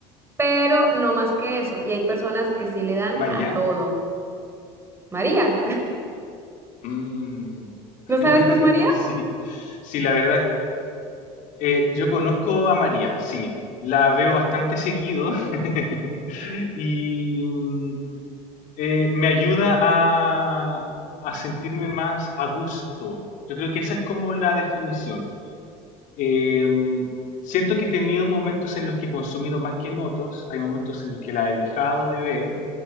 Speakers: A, on the right; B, on the left.
A: pero no más que eso. Y hay personas que sí le dan
B: María.
A: a todo. María,
B: mm.
A: <laughs>
B: <laughs>
A: ¿no sabes qué es María?
B: Sí, sí, la verdad Eh, yo conozco a María, sí. La veo bastante seguido <laughs> y mm, eh, me ayuda a, a sentirme más a gusto. Yo creo que esa es como la definición. Eh, mm, siento que he tenido momentos en los que he consumido más que en otros, hay momentos en los que la he dejado de ver